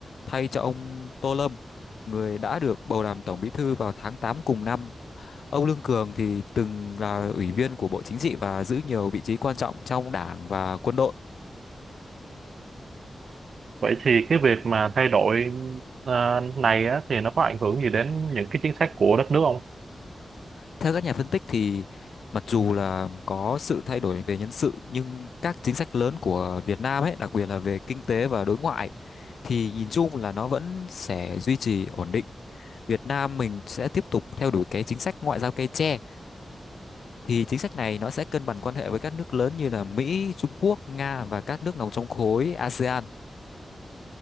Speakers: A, on the left (about 85°); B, on the right (about 75°).
A: thay cho ông Tô Lâm, người đã được bầu làm Tổng Bí thư vào tháng 8 cùng năm. Ông Lương Cường thì từng là ủy viên của Bộ Chính trị và giữ nhiều vị trí quan trọng trong đảng và quân đội.
B: Vậy thì cái việc mà thay đổi ờ, này á, thì nó có ảnh hưởng gì đến những cái chính sách của đất nước không?
A: Theo các nhà phân tích thì mặc dù là có sự thay đổi về nhân sự nhưng các chính sách lớn của Việt Nam ấy, đặc biệt là về kinh tế và đối ngoại thì nhìn chung là nó vẫn sẽ duy trì ổn định. Việt Nam mình sẽ tiếp tục theo đuổi cái chính sách ngoại giao cây tre thì chính sách này nó sẽ cân bằng quan hệ với các nước lớn như là Mỹ, Trung Quốc, Nga và các nước nằm trong khối ASEAN.